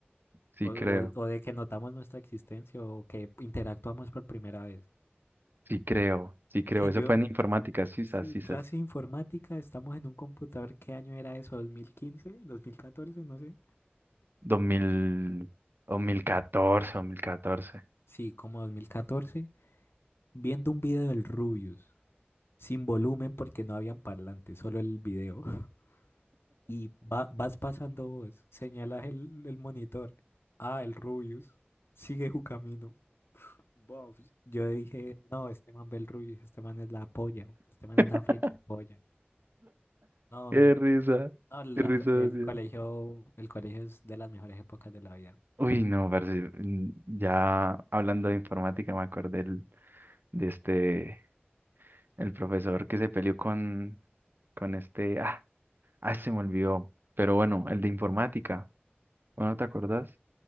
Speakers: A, on the right; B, on the left.
A: Sí
B: O,
A: creo,
B: o- o de que notamos nuestra existencia o que interactuamos por primera vez.
A: sí creo, sí creo.
B: Que
A: Eso
B: yo,
A: fue en informática, sisas,
B: sí,
A: sisas.
B: clase de informática, estamos en un computador, ¿qué año era eso? ¿2015? ¿2014? No sé.
A: 2000, 2014, 2014.
B: Sí, como 2014. viendo un video del Rubius, sin volumen porque no habían parlantes, solo el video. <laughs> Y va- vas pasando vos, señalas el, el monitor. Ah, el Rubius, sigue su camino. Bof, Yo dije, no, este man ve el Rubius, este man es la polla, este man
A: <laughs>
B: es una flechipolla. No,
A: Qué
B: no,
A: risa,
B: la-
A: qué risa,
B: la- el
A: Dios.
B: colegio, el colegio es de las mejores épocas de la vida.
A: Uy, no, parce, mm, ya hablando de informática me acordé el- de este, el profesor que se peleó con, con este, ah, ay, se me olvidó, pero bueno, el de informática, bueno, ¿te acordás?